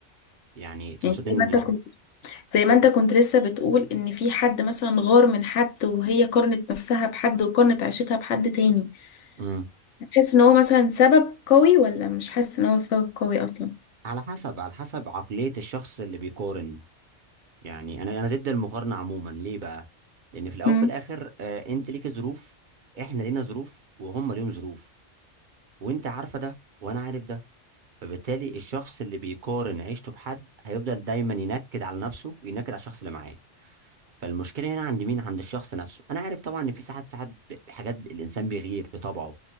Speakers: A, on the right; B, on the left.
A: يعني تقصد
B: يعني
A: ان
B: زي ما انت كنت زي ما انت كنت لسه بتقول ان في حد مثلا غار من حد وهي قارنت نفسها بحد وقارنت عيشتها بحد تاني
A: امم
B: بتحس ان هو مثلا سبب قوي ولا مش حاسس ان هو سبب قوي اصلا
A: على حسب على حسب عقلية الشخص اللي بيقارن يعني انا انا ضد المقارنه عموما ليه بقى لان في الاول
B: امم
A: وفي الاخر آه، انت ليك ظروف احنا لينا ظروف وهم ليهم ظروف وانت عارفه ده وانا عارف ده فبالتالي الشخص اللي بيقارن عيشته بحد هيفضل دايما ينكد على نفسه وينكد على الشخص اللي معاه فالمشكله هنا عند مين عند الشخص نفسه انا عارف طبعا ان في ساعات ساعات ب- بحاجات ب- الانسان بيغير بطبعه